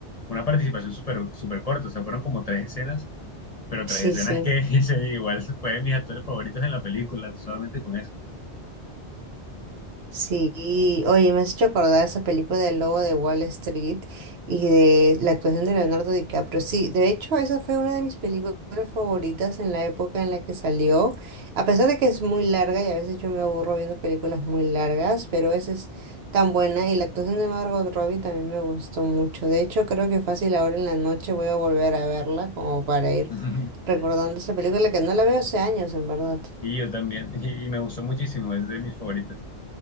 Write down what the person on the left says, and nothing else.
una participación súper súper corta. O sea, fueron como tres escenas, pero tres
escenas
que <laughs> se- igual fue de mis actores favoritos en la película, solamente con eso.
<laughs>
Y yo también, y, y me gustó muchísimo, es de mis favoritas.